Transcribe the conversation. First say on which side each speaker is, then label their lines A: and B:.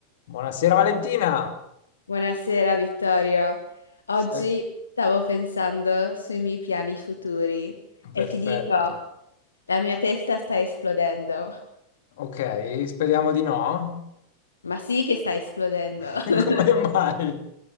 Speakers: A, on the left (about 55°); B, on the left (about 75°).
A: Buonasera Valentina.
B: Buonasera Vittorio. Oggi
A: Se-
B: stavo pensando sui miei piani futuri e
A: perfetto.
B: ti dico, la mia testa sta esplodendo.
A: Ok, speriamo di no.
B: Ma sì che sta esplodendo.
A: <laughs>
B: <laughs>
A: Come mai?